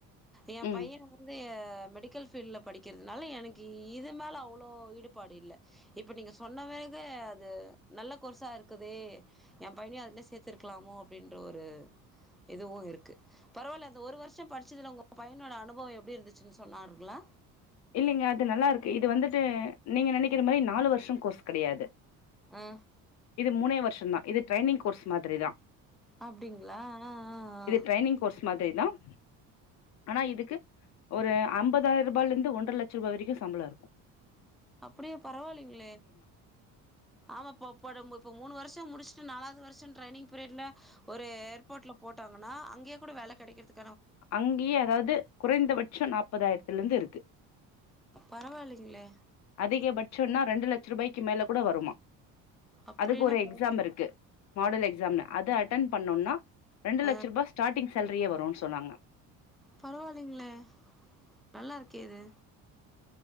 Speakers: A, in the centre; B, on the left (about 50°).
A: ஏன்
B: ம்
A: பையன் ஆஹ் மெடிக்கல் ஃப்ல்டுல படிக்கிறதுனால எனக்கு இது மேல அவ்ளோ ஈடுபாடு இல்ல இப்ப நீங்க சொன்ன வேகு அது நல்ல கோர்ஸா இருக்குதே என் பையனயும் அதுலயே சேர்த்திருக்கலாமோ அப்டின்ற ஒரு இதுவும் இருக்கு பரவாயில்ல ஒரு வருஷம் படிச்சதுல உங்க பையனோட அனுபவம் எப்டி இருந்துச்சுன்னு சொன்னாருங்களா
B: இல்லங்க அது நல்லா இருக்கு இது வந்துட்டு நீங்க நெனைக்கிற மாரி நாலு வருஷம் கோர்ஸ் கிடையாது
A: ஆ
B: இது மூணே வருஷம் தான் இது ட்ரைனிங் கோர்ஸ் மாதிரி தான்
A: அப்டிங்களா ஆஹ் ஆஹ் ஆஹ்
B: ட்ரைனிங் <unintelligible> ஆனா இதுக்கு ஒரு ஐம்பதாயிர ரூபாலருந்து ஒன்ற லட்சம் ரூவா வரைக்கும் சம்பளம் இருக்கும்
A: அப்படியா பரவாயில்லைகளே ஆமாப்பா இப்ப நம்ப மூணு வருஷம் முடிச்சு ட்டு நாலாவது வருஷம் டிரெய்னிங் பீரியடுல ஒரு ஏர்போர்ட்ல போட்டாங்கன்னா அங்கேயே கூட வேல கெடைக்கிறதுக்
B: அங்கயே அதாவுது குறைந்தபட்சம் நாப்பதாயிரத்துல இருந்து இருக்கு
A: பரவாயில்லைங்களே
B: அதிகபட்சோனா ரெண்டு லட்சம் ரூபாய் க்கு மேல கூட வருமா
A: அப்டின்னா
B: அதுக்கு ஒரு
A: பர
B: எக்ஸாம் இருக்கு மாடல் எக்ஸாம்னு அது அடி அட்டன் பண்ணோனா ரெண்டு
A: ஆ
B: லட்ச ரூபா ஸ்டார்ட்டிங் சேலரியே வரும் சொன்னாங்க
A: பரவாயில்லைங்களே நல்லா இருக்கே இது